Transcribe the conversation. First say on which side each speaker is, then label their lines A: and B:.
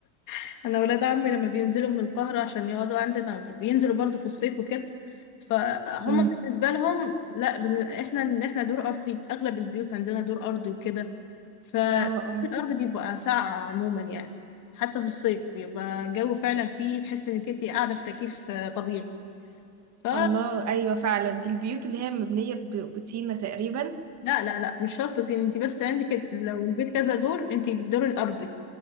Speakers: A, on the left (about 40°); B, on the right (about 35°).
A: <laughs> انا ولاد عمي لما بينزلوا من القاهرة عشان يقعدوا عندنا بينزلوا برضو في الصيف وكده فهم
B: امم
A: بالنسبة لهم لا بن... احنا ان احنا دور ارضي اغلب البيوت عندنا دور ارضي وكده فالارض
B: اه اه
A: بيبقى ساقعة عموما يعني حتى في الصيف بيبقى الجو فعلا فيه تحس انك انت قاعدة في تكييف آه، طبيعي ف
B: الله ايوه فعلا دي البيوت اللي هي مبنيه ب- بطينه تقريبا
A: لا لا لا مش شرط طين انت بس عندك لو البيت كذا دور انت الدور الارضي